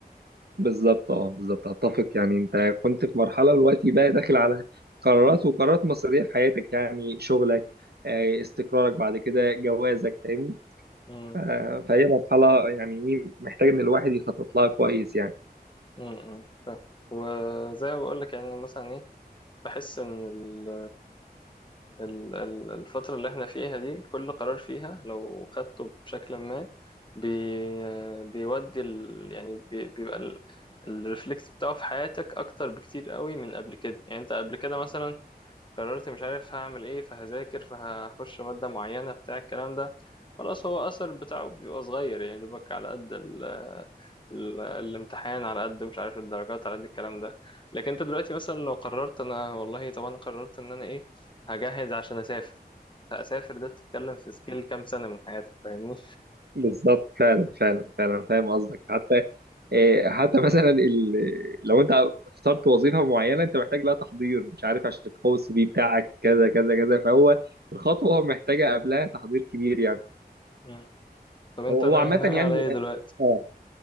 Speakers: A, on the right; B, on the left.
A: بالظبط اه بالظبط اتفق يعني انت كنت في مرحله دلوقتي بقى داخل على قرارات وقرارات مصيريه في حياتك يعني شغلك
B: امم
A: آه، استقرارك بعد كده جوازك فاهمني
B: امم
A: ف- فهي مرحله يعني ايه محتاج ان الواحد يخطط لها كويس يعني
B: إمم، إمم، فاهم وزي ما بقول لك يعني أنا مثلا ايه بحس ان ال ال- ال- الفترة اللي احنا فيها دي كل قرار فيها لو خدته بشكل ما بي بيودي ال يعني بي بيبقى الريفلكس بتاعه في حياتك أكتر بكتير قوي من قبل كده يعني أنت قبل كده مثلا قررت مش عارف هعمل ايه فهذاكر فهخش مادة معينة بتاع الكلام ده خلاص هو أثر بتاعه بيبقى صغير يعني دوبك على قد ال ال الامتحان على قد مش عارف الدرجات على قد الكلام ده لكن انت دلوقتي مثلا لو قررت انا والله طب انا قررت ان انا ايه هجهز عشان اسافر فاسافر ده بتتكلم في سكيل كام سنة من حياتك فاهمني
A: بالظبط فعلا فعلا فعلا
B: مم.
A: فاهم قصدك حتى آه، حتى <laughs> مثلا ال... لو انت اخترت وظيفه معينه انت محتاج لها تحضير مش عارف عشان تقوي السي في بتاعك كذا كذا كذا فهو الخطوه محتاجه قبلها تحضير كبير يعني
B: مم. طب انت
A: هو هو
B: نا-
A: عامه
B: ناوي
A: يعني
B: على ايه دلوقتي
A: اه آه.